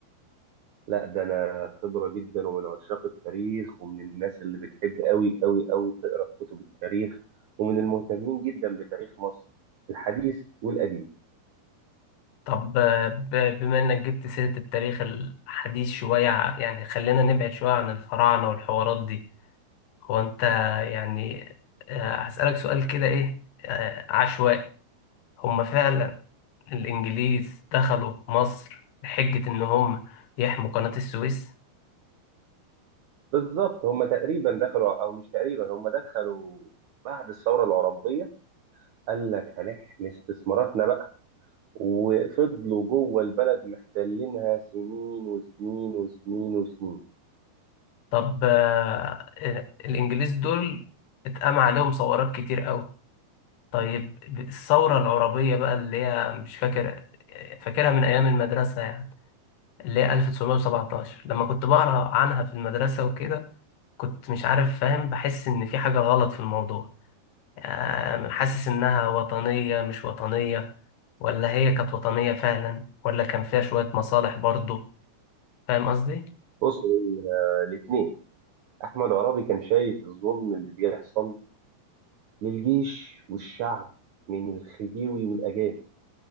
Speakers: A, on the right (about 65°); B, on the left (about 85°).
A: لا ده أنا خبرة جدا ومن عشاق التاريخ ومن الناس اللي بتحب أوي أوي أوي تقرأ في كتب التاريخ ومن المهتمين جدا بتاريخ مصر الحديث والقديم
B: طب آه، ب- بما انك جبت سيرة التاريخ الحديث شوية يعني خلينا نبعد شوية عن الفراعنة والحوارات دي هو انت يعني آه، هسألك سؤال كده ايه آه، عشوائي هم فعلا الانجليز دخلوا مصر بحجة ان هم يحموا قناة السويس
A: بالظبط هم تقريبا دخلوا أو مش تقريبا هم دخلوا بعد الثورة العربية قال لك هنحمي استثماراتنا بقى وفضلوا جوه البلد محتلينها سنين وسنين وسنين وسنين
B: طب آه، آه، الانجليز دول اتقام عليهم ثورات كتير قوي طيب الثورة العربية بقى اللي هي مش فاكر آه، فاكرها من ايام المدرسة يعني اللي هي 1917 لما كنت بقرا عنها في المدرسة وكده كنت مش عارف فاهم بحس ان في حاجة غلط في الموضوع يعني حاسس إنها وطنية مش وطنية ولا هي كانت وطنية فعلا ولا كان فيها شوية مصالح برضو فاهم قصدي؟
A: بص الاثنين احمد عرابي كان شايف الظلم اللي بيحصل للجيش والشعب من الخديوي والاجانب